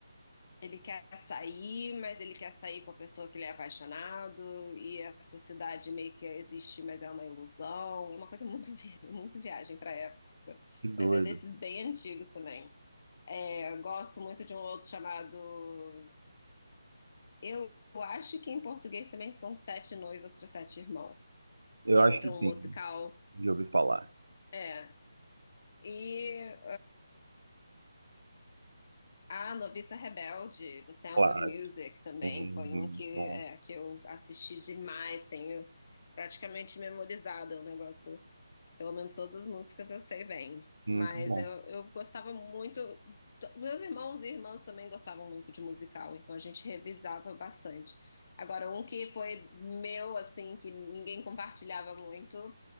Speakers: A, on the left; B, on the right.
A: Ele quer sair, mas ele quer sair com a pessoa que ele é apaixonado, e essa cidade meio que existe, mas é uma ilusão. É uma coisa muito, vi- <laughs> muito viagem pra época.
B: Que doido.
A: Mas é desses bem antigos também. É, eu gosto muito de um outro chamado. Eu acho que em português também são Sete Noivas para Sete Irmãos.
B: Eu
A: E
B: acho
A: é outro
B: que
A: um
B: sim,
A: musical.
B: de ouvir falar.
A: É. E. A Noviça Rebelde, do Sound
B: Clássico.
A: of Music, também
B: Sim,
A: foi
B: muito
A: um que,
B: bom.
A: é, que eu assisti demais, tenho praticamente memorizado, é um negócio que pelo menos todas as músicas eu sei bem.
B: Muito
A: Mas
B: bom.
A: eu, eu gostava muito, t- meus irmãos e irmãs também gostavam muito de musical, então a gente revisava bastante. Agora, um que foi meu, assim, que ninguém compartilhava muito,